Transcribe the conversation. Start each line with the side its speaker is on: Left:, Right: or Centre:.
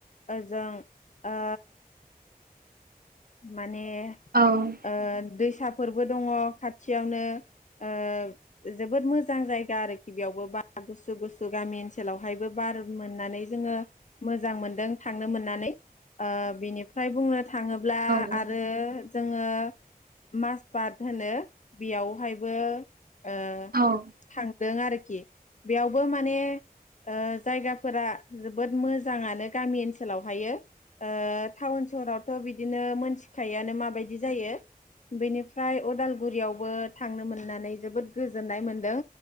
Left: ओजों ओ माने
Right: औ
Left: ओ दैसा फोरबो दङ खाथिनो ओ जोबोद मोजां जायगा आरोखि बेवबो बारा गुसु गुसु गामि ओनसोलावहाय बार मोन्नानै जोङो मोजां मोनदों थांनो मोन्नानै ओ बेनिफ्राय बुंनो थां ब्ला
Right: औ
Left: आरो जोङो माजबात होनो बेयावहायबो ओ
Right: औ औ
Left: थां दों आरोखि। बेयावबो माने ओ जायगाफोरा जोबोद मोजाङानो गामि ओन सोलावहायो ओ थावउन-सहारावथ' बि दिनो मोन थिखायोआनो माबायदि जायो। बेनिफ्राय उदालगुरियावबो थांनो मोननानै जोबोद गोजोननाय मोनदों।